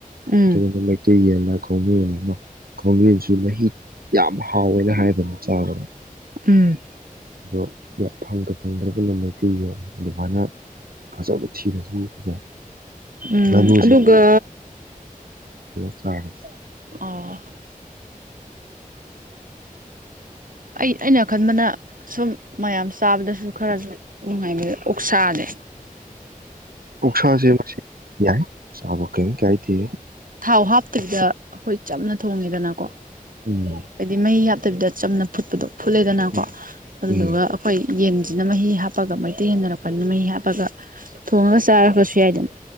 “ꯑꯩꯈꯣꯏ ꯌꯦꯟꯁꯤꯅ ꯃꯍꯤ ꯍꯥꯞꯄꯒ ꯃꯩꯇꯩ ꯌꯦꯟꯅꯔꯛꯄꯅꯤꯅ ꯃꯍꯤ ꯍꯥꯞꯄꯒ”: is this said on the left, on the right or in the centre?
Right